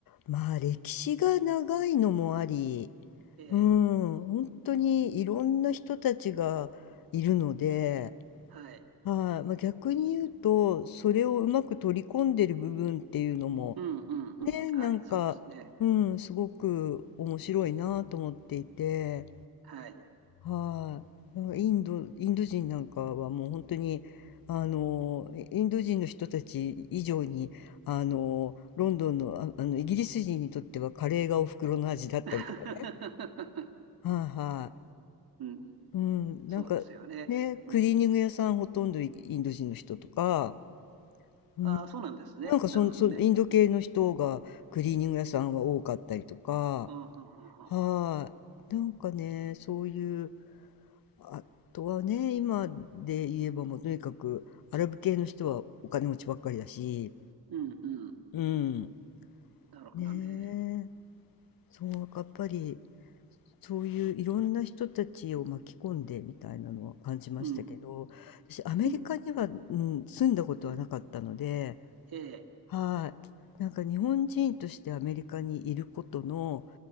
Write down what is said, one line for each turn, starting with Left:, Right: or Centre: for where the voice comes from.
Left: まあ歴史が長いのもあり、
Right: ええ、
Left: うん、本当にいろんな人たちがいるので、
Right: はい。
Left: はい、まあ、逆に言うと、それをうまく取り込んでる部分っていうのも、
Right: うん、うん、うん。
Left: ね、
Right: はい、
Left: なんか、
Right: そうですね。
Left: うん、すごく面白いなと思っていて、
Right: はい。
Left: はい。なんかインドインド人なんかはもう本当に、あの、インド人の人たち以上に、あの、ロンドンの、ああの、イギリス人にとってはカレーがお袋の味だったりとかね。
Right: <laughs>
Left: はいは
Right: うん、
Left: い。うん、
Right: そうですよね。
Left: なんか、ね、
Right: うん。
Left: クリーニング屋さんほとんどイインド人の人とか、うん
Right: ああ、そうなんですね。
Left: なんかそん、
Right: なるほどね。
Left: そのインド系の人がクリーニング屋さんは多かったりとか、
Right: ああ、はあ、はあ、
Left: はい。
Right: はあ。
Left: なんかね、そういう、あとはね、今で言えばもうとにかくアラブ系の人はお金持ちばっかりだし、
Right: うん、うん。
Left: うん。
Right: なるほどね。
Left: ねえ、そう、やっぱりそういういろんな人たちを巻き込んでみたいなのは感じましたけど、
Right: うん、
Left: 私アメリカには、
Right: うん。
Left: うん、住んだことはなかったので、
Right: ええ、
Left: はい。なんか日本人としてアメリカにいることの、